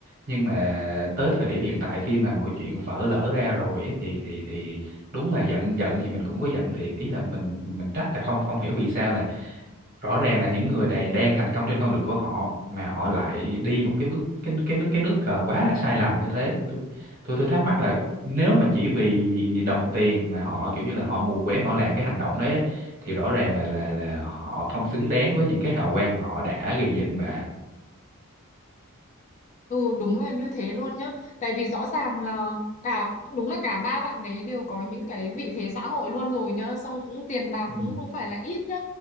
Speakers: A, on the right; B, on the left.
A: nhưng mà tới thời điểm hiện tại khi mà mọi chuyện vỡ lở ra rồi ấy thì thì thì đúng là giận giận thì mình cũng có giận thiệt ý là mình mình trách là không không hiểu vì sao là rõ ràng là những người này đang thành công trên con đường của họ mà họ lại đi một cái bước cái cái nước cái nước cờ quá là sai lầm như thế tôi tôi tôi thắc mắc là nếu mà chỉ vì đồng tiền mà họ kiểu như là họ mù quáng họ làm cái hành động đấy ấy, thì rõ ràng là là là họ không xứng đáng với những cái hào quang mà họ đã gây dựng mà
B: Ừ đúng là như thế luôn nhá Tại vì rõ ràng là cả đúng là cả ba bạn đấy đều có những cái vị thế xã hội luôn rồi nhá Xong cũng tiền bạc
A: Ừ.
B: cũng không phải là ít nhá